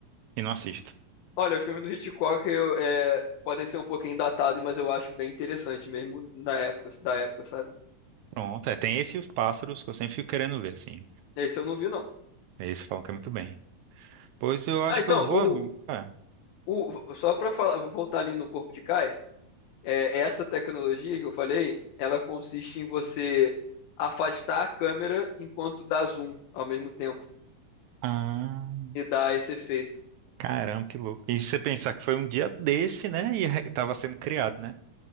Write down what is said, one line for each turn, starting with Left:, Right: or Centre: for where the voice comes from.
Right: e não assisto.
Left: Olha, o filme do Hitchcock eu, é, podem ser um pouquinho datados, mas eu acho bem interessante mesmo na época, da época, sabe?
Right: Pronto, é. Tem esse e os pássaros que eu sempre fico querendo ver, assim.
Left: Esse eu não vi, não.
Right: Esse falam que é muito bem. Pois eu acho
Left: Ah, então,
Right: que eu vou,
Left: o,
Right: amigo. É.
Left: o- só para falar, voltar ali no corpo de Kai, é, essa tecnologia que eu falei, ela consiste em você afastar a câmera enquanto dá zoom ao mesmo tempo
Right: Ah,
Left: e dá esse efeito.
Right: caramba, que louco. E se você pensar que foi um dia desse, né? E <laughs> tava sendo criado, né?